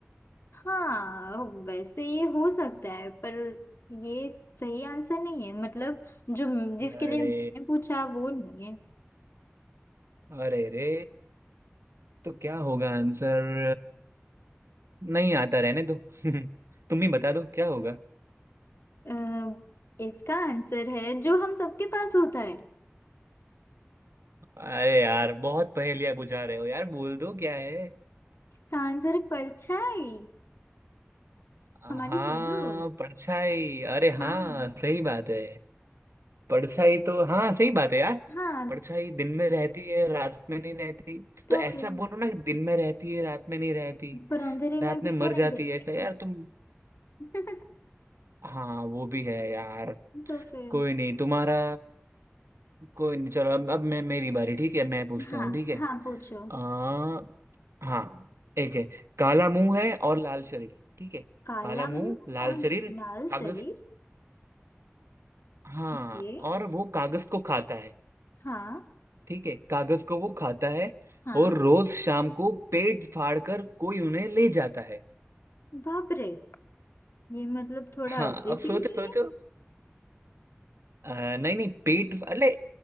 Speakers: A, on the left; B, on the right.
A: हाँ वैसे ये हो सकता है पर ये सही आंसर नहीं है मतलब जो जिसके
B: अरे
A: लिए मैंने पूछा वो नहीं है
B: अरे रे तो क्या होगा आंसर नहीं आता रहने दो <laughs> तुम ही बता दो क्या होगा
A: अ, इसका आंसर है जो हम सबके पास होता है
B: अरे यार बहुत पहेलियां बुझा रहे हो यार बोल दो क्या है
A: इसका आंसर है परछाई
B: हाँ
A: हमारी शेडो
B: परछाई अरे हाँ
A: हाँ
B: सही बात है परछाई तो हाँ सही बात है यार
A: हाँ
B: परछाई दिन में रहती है रात में नहीं रहती
A: तो
B: तो ऐसा
A: फिर
B: बोलो ना कि दिन में रहती है रात में नहीं रहती
A: पर अंधेरे
B: रात
A: में भी
B: में मर
A: तो
B: जाती
A: नहीं रहती
B: है ऐसा यार तुम
A: ना
B: हाँ वो भी है यार
A: <laughs> तो फिर
B: कोई नहीं तुम्हारा कोई नहीं चलो अब अब मैं मेरी बारी ठीक है मैं पूछता
A: हाँ
B: हूँ ठीक है
A: हाँ पूछो
B: आ, हाँ एक है काला मुंह है और लाल शरीर ठीक है
A: काला
B: काला मुंह
A: मुंह
B: लाल
A: और
B: शरीर
A: लाल
B: कागज
A: शरीर
B: हाँ
A: ओके
B: और वो कागज को खाता है
A: हाँ
B: ठीक है कागज को वो खाता है
A: हाँ
B: और रोज शाम को पेट फाड़ कर कोई उन्हें ले जाता है
A: बाप रे ये मतलब थोड़ा
B: हाँ
A: अग्रेसिव
B: अब सोचो
A: नहीं
B: सोचो अ, नहीं नहीं पेट अरे